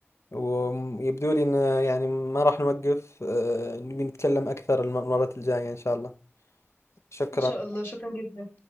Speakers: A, on the left (about 85°); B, on the left (about 50°).
A: ويبدو لي إن يعني ما راح نوقف آه، نبي نتكلم أكثر المرات الجاية إن شاء الله شكرا
B: إن شاء الله شكرا جدا